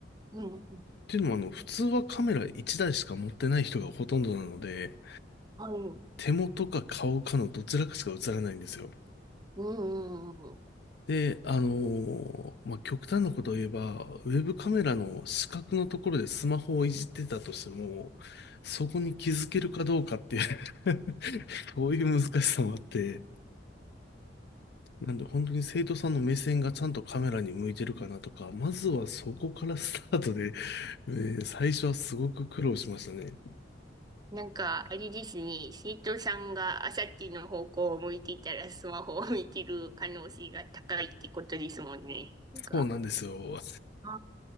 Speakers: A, on the right; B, on the left.
A: うん、
B: ていうのもあの、普通はカメラ1台しか持ってない人がほとんどなので、
A: はい。
B: 手元か顔かのどちらかしか映らないんですよ。
A: うん、うん、うん
B: で、あのーまあ、極端なことを言えば、ウェブカメラの死角のところでスマホをいじってたとしても、そこに気づけるかどうかっていう <laughs> そういう難しさもあって、なんで本当に生徒さんの目線がちゃんとカメラに向いてるかなとか、まずはそこからスタートで、えー最初はすごく苦労しましたね。
A: なんか、あれですね、生徒さんがあさっての方向を向いていたらスマホを見てる可能性が高いってことですもんね。なんか、
B: そうなんですよ。
A: あ